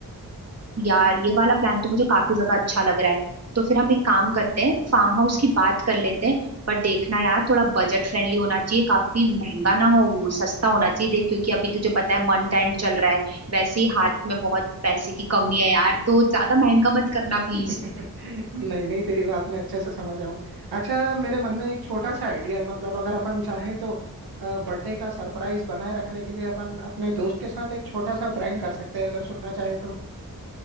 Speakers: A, on the right (about 45°); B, on the right (about 90°).
A: यार ये वाला प्लान तो मुझे काफी ज्यादा अच्छा लग रहा है तो फिर हम एक काम करते हैं फार्म हाउस की बात कर लेते हैं पर देखना यार थोड़ा बजट फ्रेंडली होना चाहिए काफी महंगा ना हो वो सस्ता होना चाहिए देख क्योंकि अभी तुझे पता है मंथ एंड चल रहा है वैसे ही हाथ में बहुत पैसे की कमी है यार तो ज्यादा महंगा मत करना प्लीज
B: <laughs> नहीं नहीं तेरी बात मैं अच्छे से समझ रहा हूँ अच्छा मेरे मन में एक छोटा सा आइडिया है मतलब अगर अपन चाहें तो बर्थडे का सरप्राइज बनाए रखने के लिए अपन अपने दोस्त के साथ एक छोटा सा प्रैंक कर सकते हैं अगर सुनना चाहे तो